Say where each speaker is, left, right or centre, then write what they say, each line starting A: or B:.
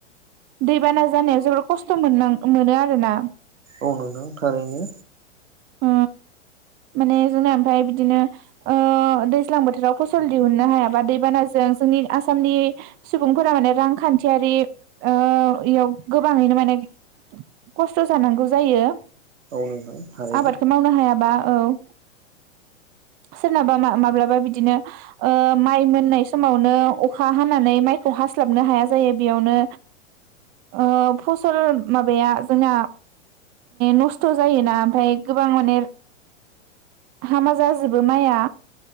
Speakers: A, on the right (about 25°); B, on the right (about 85°).
A: दैबाना जानायाव जोबोद खस्थ' मोन मोनो आरोना।
B: औ नोंथां थारैनो।
A: ओ माने जोंना ओमफ्राय बिदिनो ओ दैज्लां बोथोराव फसल दिहुननो हायाबा दैबानाजों जोंनि आसामनि सुबुंफोरा माने रांखान्थियारियाव ओ गोबाङैनो माने खस्थ' जानांगौ जायो।
B: नंगौ थारैनो
A: आबादखौ मावनो हायाबा औ सोरनाबा मा माब्लाबा बिदिनो ओ माइ मोननाय समावनो अखा हानानै माइखौ हास्लाबनो हाया जायो बेयावनो ओ फसल माबाया जोंना नस्थ' जायोना ओमफफ्राय गोबां माने हामा जाजोबो माइया।